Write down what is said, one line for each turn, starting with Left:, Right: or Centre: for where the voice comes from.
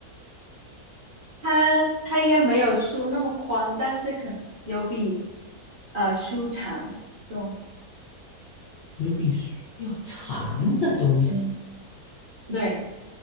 Right: 它它应该没有书那么宽，但是肯有比呃书长，对，
Left: 有比书要长的东西，
Right: 嗯，对。